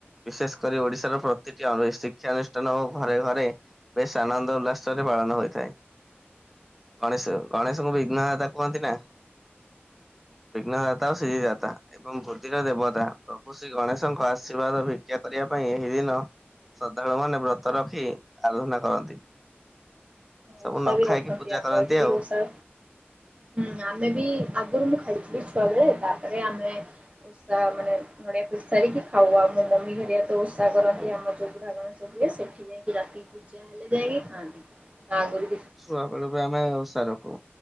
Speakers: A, in the centre; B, on the right.
A: ବିଶେଷ କରି ଓଡିଶାର ପ୍ରତିଟି ଅ ଶିକ୍ଷାନୁଷ୍ଠାନ ଓ ଘରେ ଘରେ । ବେଶ ଆନନ୍ଦ ଉଲ୍ଲାସରେ ପାଳନ ହୋଇଥାଏ । ଗଣେଶ ଗଣେଶଙ୍କୁ ବିଘ୍ନ ଦାତା କୁହନ୍ତି ନା। ବିଘ୍ନ ଦାତା ଓ ଶ୍ରୀଦାତା ଏବଂ ବୁଦ୍ଧି ର ଦେବତା। ପ୍ରଭୁ ଶ୍ରୀ ଗଣେଶଙ୍କ ଆଶୀର୍ବାଦ ଭିକ୍ଷା କରିବା ପାଇଁ ଏହି ଦିନ। ଶ୍ରଦ୍ଧାଳୁମାନେବବ୍ରତ ରଖି ଆରାଧନା କରନ୍ତି। ସବୁ
B: ଓଷା
A: ନ
B: ବି
A: ଖାଇକି
B: ରଖନ୍ତି
A: ପୂଜା
B: ଆମ
A: କରନ୍ତି
B: ଏଠି ବି
A: ଆଉ।
B: ଓଷା ହୁଁ ଆମେ ବି ଆଗରୁ ମୁଁ ଖାଇଥିଲି ଛୁଆ ବେଳେ ତାପରେ ଆମେ ଓଷା ମାନେ । ନଡ଼ିଆ ଫିଟି ସାରିକି ଖାଉ ଆଉ ମୋ ମମି ଘରିଆ ତ ଓଷା କରନ୍ତି
A: ନାଇଁ
B: ଆମ ଯୋଉ ବୁଢ଼ା ଗଣେଶ। ହୁଏ ସେଠି ଯାଇକି ରାତି କି ପୂଜା ହେଲେ ଯାଇଁକି ଖାଆନ୍ତି ତାଆଗରୁ ।
A: ଛୁଆବେଳୁ ବି ଆମେ ଓଷା ରଖୁ